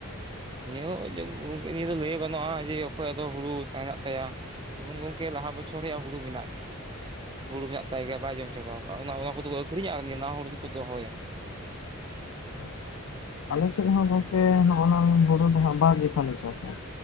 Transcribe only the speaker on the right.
ᱱᱤᱭᱟᱹ ᱦᱚᱸ ᱡᱮ ᱜᱚᱝᱠᱮ ᱱᱤᱭᱟᱹ ᱫᱚ ᱞᱟᱹᱭ ᱜᱟᱱᱚᱜᱼᱟ ᱡᱮ ᱚᱠᱚᱭᱟᱜ ᱫᱚ ᱦᱩᱲᱩ ᱛᱟᱦᱮᱱᱚᱜ ᱛᱟᱭᱟ ᱾ ᱡᱮᱢᱚᱱ ᱜᱚᱝᱠᱮ ᱞᱟᱦᱟ ᱵᱚᱪᱷᱚᱨ ᱨᱮᱭᱟᱜ ᱦᱩᱲᱩ ᱢᱮᱱᱟᱜ ᱜᱮᱭᱟ ᱾ ᱦᱩᱲᱩ ᱢᱮᱱᱟᱜ ᱛᱟᱭ ᱜᱮᱭᱟ ᱵᱟᱭ ᱡᱚᱢ ᱪᱟᱵᱟᱣ ᱟᱠᱟᱜᱼᱟ ᱚᱱᱟ ᱚᱱᱟ ᱠᱚᱫᱚᱠᱚ ᱟᱹᱠᱷᱨᱤᱧᱟ ᱟᱨ ᱱᱤᱭᱟᱹ ᱱᱟᱣᱟ ᱦᱩᱲᱩ ᱫᱚᱠᱚ ᱫᱚᱦᱚᱭᱟ ᱾